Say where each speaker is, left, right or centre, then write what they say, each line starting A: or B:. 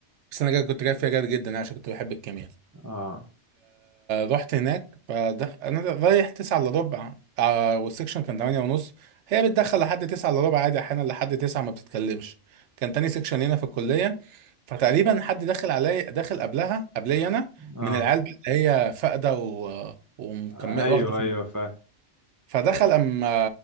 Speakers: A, on the right (about 80°); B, on the right (about 25°).
A: بس انا جا- كنت جايب فيها جاد جدا أنا عشان كنت بحب الكيمياء
B: اه
A: رحت هناك فدخ... انا رايح 9 الا ربع آه والسكشن كان 8 ونص هي بتدخل لحد 9 الا ربع عادي احيانا لحد 9 ما بتتكلمش كان تاني سكشن هنا في الكليه فتقريبا حد داخل علي داخل قبلها قبلي انا
B: اه
A: من العيال اللي هي فاقده و... ومكمل
B: ايوه
A: واخده في
B: ايوه فاهم
A: فدخل اما